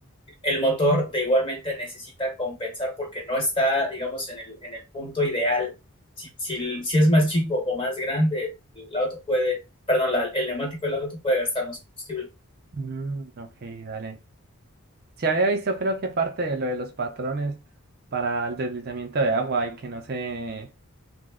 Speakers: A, on the left; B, on the right.
A: el motor de igualmente necesita compensar porque no está, digamos, en el, en el punto ideal. Si, si, el- si es más chico o más grande, el auto puede, perdón, la- el neumático del auto puede gastar más combustible.
B: Mm, ok, dale. Se había visto, creo que parte de lo de los patrones para el deslizamiento de agua y que no se,